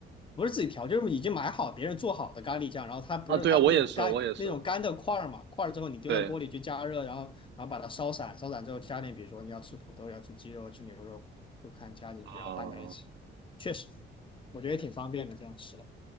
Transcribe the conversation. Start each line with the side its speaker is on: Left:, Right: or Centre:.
Left: 不是自己调，就是已经买好别人做好的咖喱酱，然后它不是它那种干那种干的块儿嘛，
Right: 啊，对啊，我也是我也是，
Left: 块儿之后你丢到锅里去加热，
Right: 对
Left: 然后然后把它烧散，烧散之后加点，比如说你要吃土豆，要吃鸡肉，吃牛肉，就看加进去，
Right: 啊。
Left: 然后拌在一起，确实，我觉得也挺方便的，这样吃了。